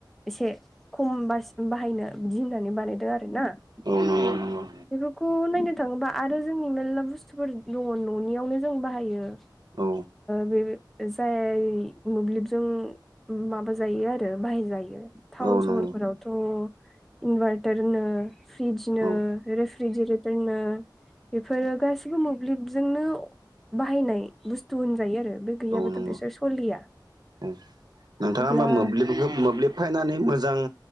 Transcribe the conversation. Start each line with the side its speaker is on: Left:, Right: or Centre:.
Centre: एसे खम बासि बाहायनो बिदि होननानै बानाय। बेफोरखौ
Right: औ नंगौ नंगौ
Centre: नायनो थाङोबा आरो। जोंनि मेर्ला बुस्थुफोर दङ न'नियावनो जों बाहायो।
Right: औ।
Centre: बे जाय मोब्लिबजों। माबा जायो आरो बाहेर जायो टाउन
Right: औ
Centre: सहरफोरावथ'
Right: नंगौ
Centre: इनभारट। रनोरिजनो
Right: औ
Centre: रेरिजेटनो। बेफोरो गासिबो मोब्लिबजोंनो बाहायनाय बुस्थु होनजायो आरो बे। गैयाबाथ'
Right: औ नंगौ
Centre: बिसोर सलिया
Right: औ नोंथाङा
Centre: अब्ला।
Right: होमबा मोब्लिबखौ मोब्लिब फायनानै मोजां।